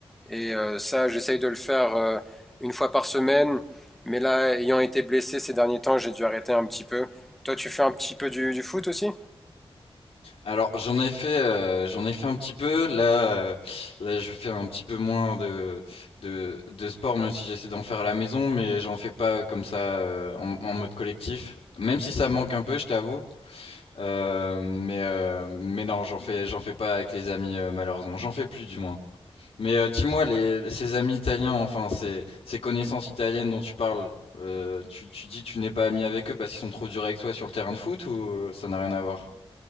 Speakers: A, in the centre; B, on the left.
A: Et euh, ça, j'essaye de le faire euh, une fois par semaine. Mais là, ayant été blessé ces derniers temps, j'ai dû arrêter un petit peu. Toi, tu fais un petit peu du, du foot aussi?
B: Alors, j'en ai fait, euh, j'en ai fait un petit peu. Là, euh, là, je fais un petit peu moins de, de, de sport, même si j'essaie d'en faire à la maison, mais j'en fais pas comme ça euh, en, en mode collectif. Même si ça me manque un peu, je t'avoue. Euh, mais, euh, mais non, j'en fais, j'en fais pas avec les amis, euh, malheureusement. J'en fais plus, du moins. Mais euh, dis-moi, les, ces amis italiens, enfin ces, ces connaissances italiennes dont tu parles, euh, tu, tu dis que tu n'es pas ami avec eux parce qu'ils sont trop durs avec toi sur le terrain de foot ou ça n'a rien à voir?